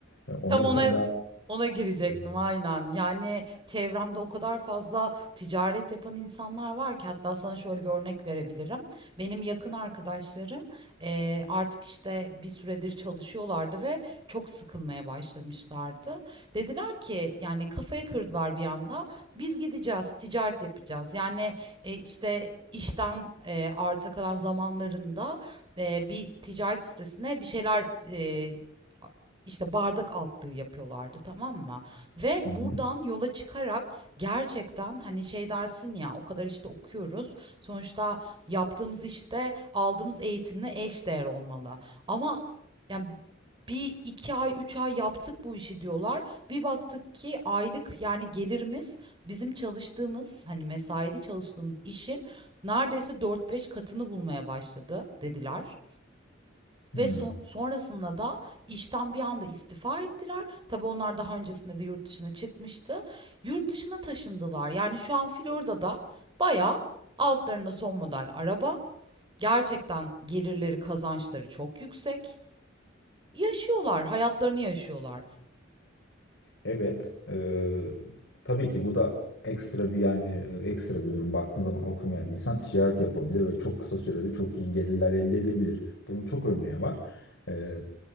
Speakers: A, on the left (about 60°); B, on the right (about 25°).
A: e, onları
B: Tam ona
A: sen daha
B: ona girecektim
A: Evet.
B: aynen. Yani çevremde o kadar fazla ticaret yapan insanlar var ki hatta sana şöyle bir örnek verebilirim. Benim yakın arkadaşlarım eee, artık işte bir süredir çalışıyorlardı ve çok sıkılmaya başlamışlardı. Dediler ki yani kafayı kırdılar bir anda. Biz gideceğiz, ticaret yapacağız. Yani e, işte işten e, arta kalan zamanlarında e, bir ticaret sitesine bir şeyler e, işte bardak altlığı yapıyorlardı, tamam mı? Ve
A: Hı
B: buradan
A: hı.
B: yola çıkarak gerçekten hani şey dersin ya o kadar işte okuyoruz. Sonuçta yaptığımız işte aldığımız eğitimle eş değer olmalı. Ama yani bir iki ay üç ay yaptık bu işi diyorlar. Bir baktık ki aylık yani gelirimiz bizim çalıştığımız hani mesaili çalıştığımız işin neredeyse dört beş katını bulmaya başladı dediler.
A: Hmm.
B: Ve son- sonrasında da işten bir anda istifa ettiler. Tabii onlar daha öncesinde de yurt dışına çıkmıştı. Yurt dışına taşındılar. Yani şu an Florida'da bayağı altlarında son model araba. Gerçekten gelirleri, kazançları çok yüksek. Yaşıyorlar, hayatlarını yaşıyorlar.
A: Evet, eee, tabii ki bu da ekstra bir yani e, ekstra bir durum. Baktığın zaman okumayan bir insan ticaret yapabilir ve çok kısa sürede çok iyi gelirler elde edebilir. Bunun çok örneği var. Eee,